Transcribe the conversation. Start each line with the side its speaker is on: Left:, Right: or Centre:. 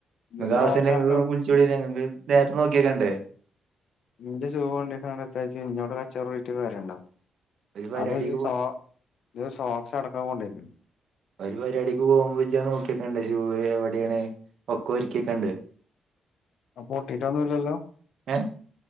Left: ഇജ്ജ്
Right: ഇങ്ങകാവശ്യണ്ടെ
Left: സോക്സ്
Right: ഇങ്ങക്വിൾചൂടീനങ്ങക്
Left: അടക്കം
Right: നേര്ത്തെ നോക്കിയെക്കണ്ടെ
Left: ഇൻ്റെ ഷൂവൊണ്ടയ്കാണ്ടെത്താ ജ് ഇന്നോട് കച്ചറൂടീട് ട്ട് കാര്യണ്ടൊ
Right: ഒരു പരിപാടിക്ക്
Left: അതു ജ്
Right: പോ
Left: സോ ജ് സോക്സടക്കാ കൊണ്ടേയിക്ക്ണ്ടെ
Right: ഒരു പരിപാടിക്ക് പോകുമ്പോ ഇജാ നോക്കിയെക്കണ്ടെ ഷൂവ് എവിടേണ് ഒക്കൊര്ക്കിയെക്കണ്ടെ
Left: അത് പൊട്ടീട്ടൊന്നുല്ലല്ലോ
Right: ഏ